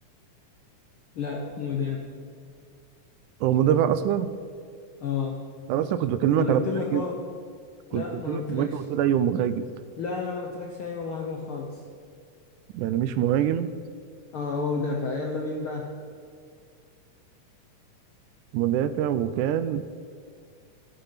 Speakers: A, on the left; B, on the right.
A: لا مدافع
B: هو مدافع اصلا
A: اه
B: انا اصلا كنت بكلمك
A: ما انا
B: على
A: قلت لك
B: مهاجم
A: اه
B: كنت
A: لا
B: بكلمك
A: ما أنا قلتلكش
B: مهاجم وتقول ايوه مهاجم
A: لا لا ما قلتلكش ايوه مهاجم خالص
B: يعني مش مهاجم
A: اه هو مدافع يلا مين بقى
B: مدافع وكان